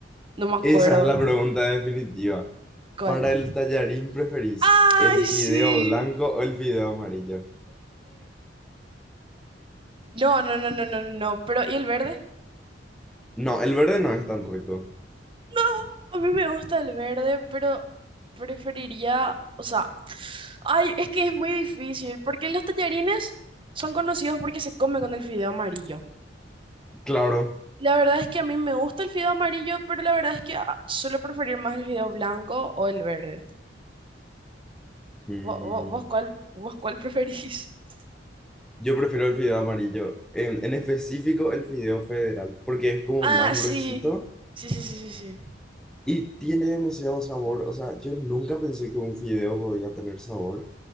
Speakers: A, on the right; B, in the centre.
A: No me acuerdo.
B: Esa es la pregunta definitiva.
A: ¿Cuál?
B: Para el tallarín, ¿preferís
A: ¡Ay,
B: el
A: sí!
B: fideo blanco o el fideo amarillo?
A: No, no, no, no, no, no. Pero, ¿y el verde?
B: No, el verde no es tan rico.
A: No, a mí me gusta el verde, pero preferiría, o sea, ay, es que es muy difícil, porque los tallarines son conocidos porque se comen con el fideo amarillo.
B: Claro.
A: La verdad es que a mí me gusta el fideo amarillo, pero la verdad es que ah, suelo preferir más el fideo blanco o el verde.
B: Mm,
A: ¿Vos, vos, vos cuál, vos cuál preferís? <laughs>
B: yo prefiero el fideo amarillo. En, en específico, el fideo federal, porque es como
A: Ah,
B: más
A: sí.
B: gruesito
A: Sí, sí, sí, sí, sí.
B: y tiene demasiado sabor. O sea, yo nunca pensé que un fideo podía tener sabor.